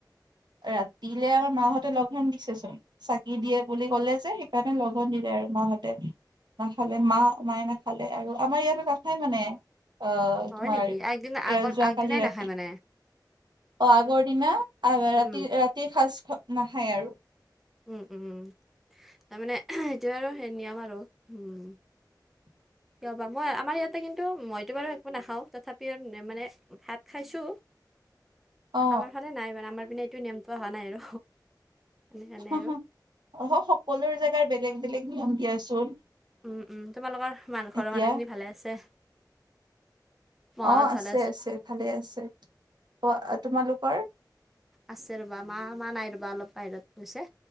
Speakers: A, on the right; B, in the centre.
A: ৰাতিলে আমাৰ মাহঁতে লগন দিছে চোন চাকি দিয়ে বুলি কলে যে সেকাৰণে লঘন দিলে আৰু মাহঁতে নাখালে মা
B: অ
A: মায়ে নাখালে ভালে আৰু আমাৰ ইয়াতো নাখায় মানে অহ
B: হয়
A: তোমাৰ
B: নেকি আগদিনা আগত
A: যোৱা
B: আগদিনাই
A: কালি ৰাতি
B: নাখায় মানে
A: অ আগৰ দিনা
B: উম
A: ৰাতি ৰাতি সাজ নাখায় আৰু
B: উম উম উ তাৰমানে সেইটো আৰু সেই নিয়ম আৰু উম
A: <inaudible>
B: কিয় বা মই আমাৰ ইয়াতে কিন্তু মইতো বাৰু একো নাখাওঁ তথাপিও মানে ভাত খাইছো
A: অ
B: আমাৰ ফালে নাই মানে আমাৰ পিনে এইটো নিয়মটো অহা নাই আৰু সেইকাৰণে
A: অ
B: আৰু
A: সকলো জেগাৰ বেলেগ বেলেগ নিয়ম দিয়াচোন
B: উম উম তোমালোকৰ মা ঘৰৰ
A: এতিয়া
B: মানুহখিনি ভালে আছে। মাহঁত
A: অ আছে
B: ভালে
A: আছে ভালে আছে অ তোমালোকৰ
B: আছে ৰ'বা মা মা নাই ৰবা অলপ বাহিৰত গৈছে